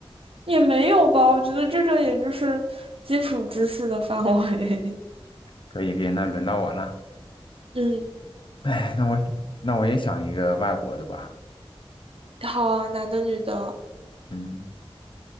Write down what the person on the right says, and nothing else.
也没有吧，我觉得这个也就是基础知识的范围。
<laughs> 嗯，
好啊，男的、女的，